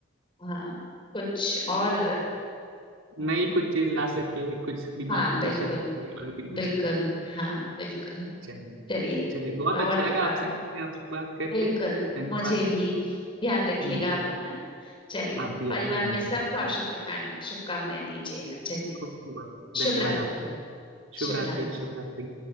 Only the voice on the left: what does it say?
हाँ कुछ और हाँ
हाँ,
बिल्कुल
बिल्कुल हाँ बिल्कुल
चलिए
और
अ,
बिल्कुल
मुझे भी ध्यान रखिएगा
आप अपना चलिए
परिवार
में
सबको आप शुभकाम शुभकामनाएं दीजिएगा चलिए
शुभ रात्रि
शुभ
रात्रि